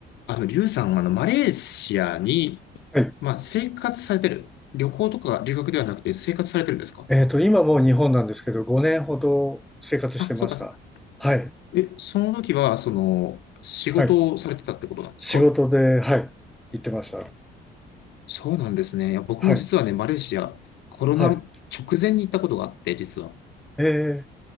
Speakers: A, on the left; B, in the centre.
A: あの、リュウさんはあの、マレーシアに、
B: はい。
A: まあ、生活されてる。旅行とか留学ではなくて生活されてるんですか
B: えっと、今もう日本なんですけど、5年ほど生活してました。
A: あ、そうかそうか。
B: はい。
A: え、その時は、その、仕事をされてたってことなんですか
B: はい。仕事で、はい。行ってました。
A: そうなんですね。いや、僕も実はね、
B: はい。
A: マレーシア、コロナ直前に行ったことがあって、
B: はい。
A: 実は。
B: えー、